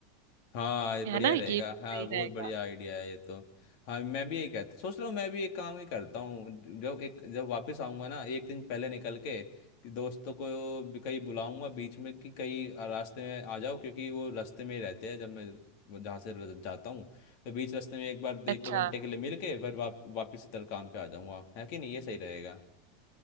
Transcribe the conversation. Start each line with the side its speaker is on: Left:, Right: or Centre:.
Left: हाँ ये बढ़िया
Right: है ना
Left: रहेगा
Right: ये सही
Left: हाँ बहुत
Right: रहेगा
Left: बढ़िया आइडिया है ये तो हाँ मैं भी यही कहता सोच रहा हूँ मैं भी एक काम ही करता हूँ जब एक जब वापस आऊंगा ना एक दिन पहले निकल के कि दोस्तों को भी कहीं बुलाऊंगा बीच में कि कहीं रास्ते में आ जाओ क्योंकि वो रास्ते में ही रहते हैं जब मैं वो जहाँ से र- जाता हूँ तो बीच रास्ते में एक बार एक
Right: अच्छा
Left: दो घंटे के लिए मिल के फिर वाप, वापस इधर काम पे आ जाऊंगा है कि नहीं ये सही रहेगा